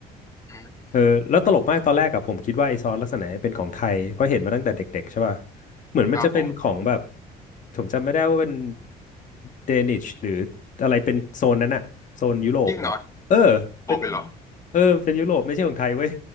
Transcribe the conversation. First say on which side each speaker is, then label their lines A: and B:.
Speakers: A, on the left; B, on the left.
A: อืม
B: เออแล้วตลกมากตอนแรกอะผมคิดว่าไอซอสลักษณะเนี้ยเป็นของไทยเพราะเห็นมาตั้งแต่เด็กๆใช่ป่ะเหมือนมันจะเป็นของแบบ
A: ครับผม
B: ผมจำไม่ได้ว่าเป็นเดนิชหรืออะไรเป็นโซนนั้นอะโซนยุโรปแบบเออ
A: จริงเหรอโผล่ไปเหรอ
B: เป็นเออเป็นยุโรปไม่ใช่ของไทยเว้ย